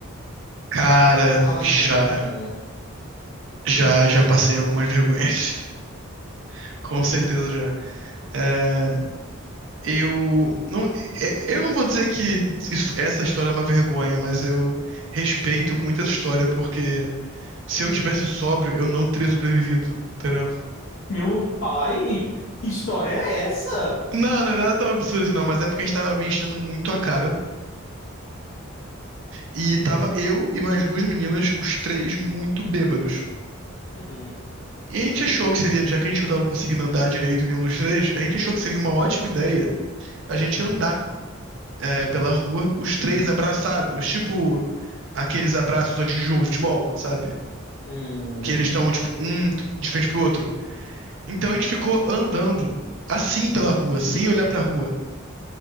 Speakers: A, on the right; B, on the left.
A: Cara,
B: por causa
A: já,
B: de bebida?
A: já, já passei algumas vergonhas. <laughs> Com certeza já. É, eu não, é, eu não vou dizer que isso- essa história é uma vergonha, mas eu respeito muito essa história porque se eu tivesse sóbrio, eu não teria sobrevivido, entendeu?
B: Meu pai, que história é essa?
A: Não, não é nada tão absurdo assim, não, mas é porque a gente tava me enchendo muito a cara e tava eu e mais duas meninas, os três muito bêbados.
B: Uhum.
A: E a gente achou que seria, já que a gente não tava conseguindo andar direito nenhum dos três, a gente achou que seria uma ótima ideia a gente andar é, pela rua, os três abraçados, tipo aqueles abraços antes de jogo de futebol, sabe?
B: Hum,
A: Que eles estão, tipo, um de frente pro outro. Então a gente ficou andando assim pela rua, sem olhar pra rua.